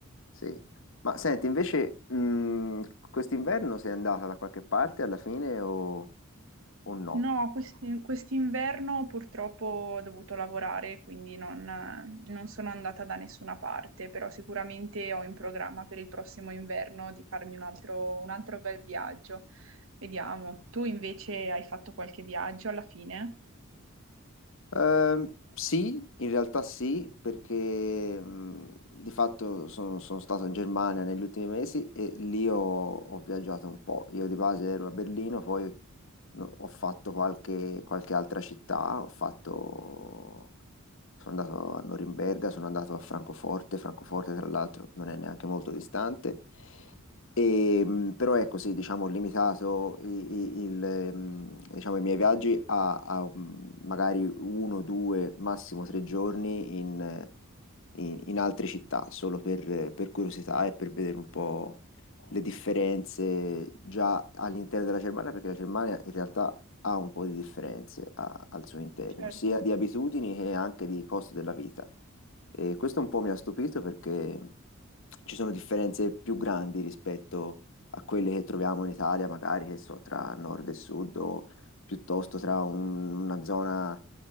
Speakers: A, on the left; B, on the right.
A: Sì. Ma senti, invece, mh, quest'inverno sei andata da qualche parte alla fine o, o no?
B: No, questi- quest'inverno purtroppo ho dovuto lavorare, quindi non, non sono andata da nessuna parte, però sicuramente ho in programma per il prossimo inverno di farmi un altro, un altro bel viaggio. Vediamo. Tu invece hai fatto qualche viaggio alla fine?
A: Ehm, sì, in realtà sì, perché mh, di fatto sono, sono stato in Germania negli ultimi mesi e lì ho, ho viaggiato un po'. Io di base ero a Berlino, poi no, ho fatto qualche, qualche altra città, ho fatto... sono andato a Norimberga, sono andato a Francoforte, Francoforte tra l'altro non è neanche molto distante. E, mh, però ecco, sì, diciamo, ho limitato i, i- il, ehm, diciamo, i miei viaggi a, a, mh, magari uno, due, massimo tre giorni in, in, in altre città, solo per, per curiosità e per vedere un po' le differenze già all'interno della Germania, perché la Germania in realtà ha un po' di differenze a- al suo interno,
B: Certo,
A: sia di abitudini che anche di costo della vita. E questo un po' mi ha stupito perché ci sono differenze più grandi rispetto a quelle che troviamo in Italia, magari che so, tra nord e sud o piuttosto tra un- una zona